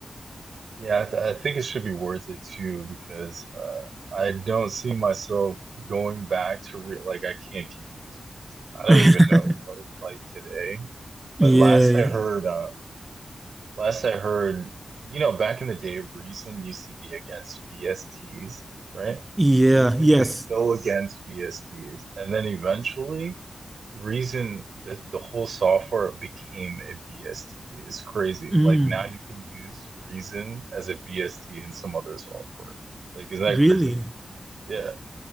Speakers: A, on the right; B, on the right.
A: Yeah, I, th I think it should be worth it too because uh, I don't see myself going back to re like I can't keep reusing. resin. I don't
B: <laughs>
A: even know what it's like today, but
B: Yeah.
A: last I heard, um, Last I heard, you know, back in the day, Reason used to be against VSTs, right?
B: Yeah.
A: They used to
B: Yes.
A: be so against VSTs. And then eventually, Reason, the, the whole software became a VST. It's crazy.
B: Mm,
A: Like now you can use Reason as a VST in some other software. Like, isn't that
B: really.
A: crazy? Yeah.